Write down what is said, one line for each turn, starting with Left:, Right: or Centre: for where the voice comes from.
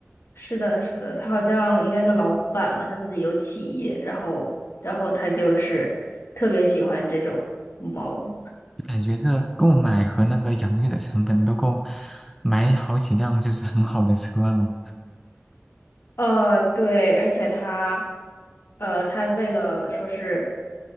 Left: 是的，是的，他好像应该是老板吧，他自己有企业，然后然后他就是特别喜欢这种猫。
Centre: 就感觉这购买和那个养育的成本都够买好几辆就是很好的车了。
Left: 呃，对，而且它，呃，它为了说是